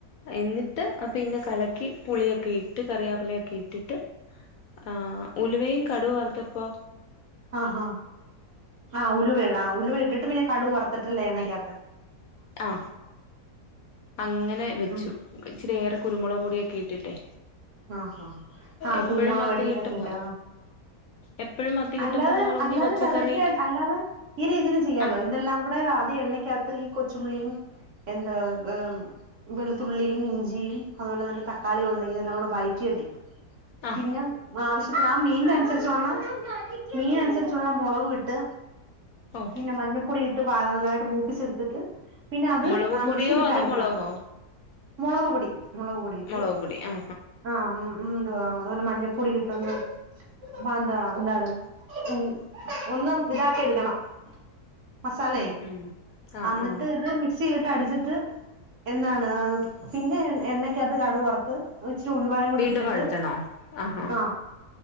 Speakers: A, on the left; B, on the right.
A: എന്നിട്ട് പിന്നെ കലക്കി പുളിയൊക്കെ ഇട്ട് കറിയാപ്പിലേക്കെ ഇട്ടിട്ട് ആ ഉലുവയും കടുവറുത്തപ്പോ
B: ആ ഹാ ആ ഉലുവേടാ ഉലുവ ഇട്ടിട്ട് പിന്നെ കടു വറുത്തിട്ടല്ലേ എണ്ണക്കാത്ത്
A: ആ അങ്ങനെ വെച്ചു
B: ഉം
A: ഇച്ചിരിയേറെ കുരുമുളക് പൊടിയൊക്കെ ഇട്ടിട്ടെ
B: ആ ഹ ആഹ്
A: എപ്പഴും
B: കുരുമുളക്
A: മത്തി
B: പൊടി
A: കിട്ടുമ്പോ
B: ഒക്കെയിട്ട് ആ
A: എപ്പഴും മത്തി കിട്ടുമ്പോ
B: അല്ലാതെ
A: നമ്മൾ ഒന്നീ
B: അല്ലാതെ
A: പച്ചക്കറി
B: വെറേറ്റി അല്ലാതെ ഈ രീതില് ചെയ്യാലോ
A: ആ
B: ഇതെല്ലാം കൂടെ ആദ്യ എണ്ണക്കാത്ത് കൊച്ചുമുള്ളിയും എന്താ ക് ഉം വെളുത്തുള്ളിയും ഇഞ്ചിയും അതുപോലെ തന്നെ തക്കാളിയുണ്ടെങ്കില് ല്ലാം കൂട വയറ്റിട്ടേ
A: ആ
B: പിന്ന ആവശ്യത്തിന് ആഹ്‌ മീന് അസരിച്ചുള്ള മീൻ അനുസരിച്ചുള്ള മുളകും ഇട്ട്
A: ഓ
B: പിന്ന മഞ്ഞൾപ്പൊടി ഇട്ട് വ നല്ലായിട്ട് മൂപ്പിച്ചെടുത്തിട്ട് പിന്നെ അത്
A: മുളക്
B: ആ
A: പൊടിയോ
B: മിക്സിലിട്ട്
A: അതോ
B: അടിക്കണം
A: മുളകോ
B: മുളക്പൊടി മുളക്പൊടിയിട്ട്
A: മുളക് പൊടി ആ
B: ആ മ് മ്ന്തുവാ അതുപോലെ മഞ്ഞപ്പൊടി ഇട്ടൊന്നു ബാന്ധാ എന്താണ് ഉം ഒന്നും ഇതാക്കി എടുക്കണം മസാലേ
A: ഉം ഉം ആ
B: അന്നിട്ട്ത്
A: ആ
B: മിക്സീല് ട്ടടിച്ചിട്ട് എന്നാണ് പിന്നെ എണ്ണ അകത്ത് കടു വറുത്തു വെച്ച് ച്ചു ഉലുവായും കൂടി
A: വീണ്ടും
B: ഇട്ടിട്ട്
A: വഴറ്റണോ ആഹാ
B: ആ